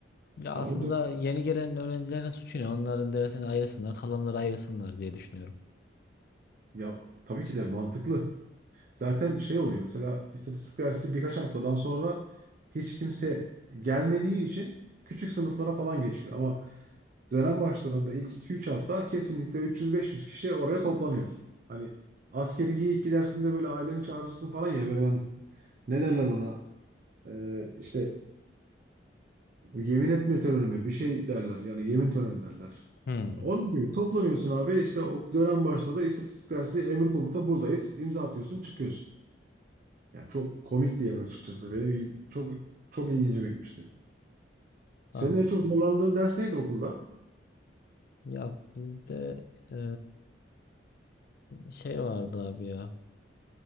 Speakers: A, on the left; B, on the right.
A: Ya
B: Ha,
A: aslında
B: o dört
A: yeni gelen öğrencilerin suçu ne? Onların dersini ayırsınlar, kalanları ayırsınlar diye düşünüyorum.
B: ya tabii ki de mantıklı. Zaten şey oluyor mesela istatistik dersi birkaç haftadan sonra hiç kimse gelmediği için küçük sınıflara falan geçiyor. Ama dönem başlarında ilk 2-3 hafta kesinlikle 300-500 kişi oraya toplanıyor. Hani askeri ilk gidersin böyle aileni çağırırsın falan ya böyle hani ne derler ona Ee, işte yemin etme töreni mi bir şey derler yani yemin töreni derler.
A: Hmm.
B: Onun gibi toplanıyorsun abi işte o dönem başladı istatistik dersi emir komuta buradayız imza atıyorsun çıkıyorsun. Yani çok komik bir yer açıkçası. Benim il- çok çok ilgincime gitmişti. Senin
A: Anladım.
B: en çok zorlandığın ders neydi okulda?
A: Ya bizde e, şey vardı abi ya.